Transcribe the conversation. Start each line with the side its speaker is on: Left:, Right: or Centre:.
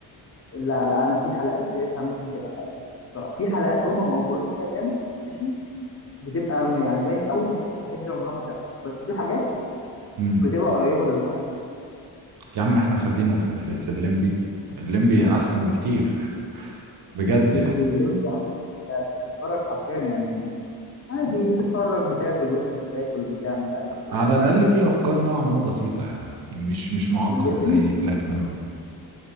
Left: لا لا انا في حلقات شايفها ممكن تبقى حقيقيه الصراحه في حلقات هم مأفورين فيها جامد ماشي بتبقى م- يعني باين قوي ان هي الحاجات دي عمرها ما تحصل بس في حاجات
Right: امم
Left: بتبقى قريبه للواقع
Right: يا عم احنا خلينا في في, في الليمبي الليمبي احسن بكتير بجد
Left: الليمبي
Right: يعني
Left: الليمبي يا عم انت أنت بتتفرج حرفيا يعني عادي بتتفرج بتاكل وانت بتاكل بتاع مش عارف ايه
Right: على الاقل في افكار نوعا ما بسيطة يعني مش مش معقد
Left: الليمبي
Right: زي بلاك ميرور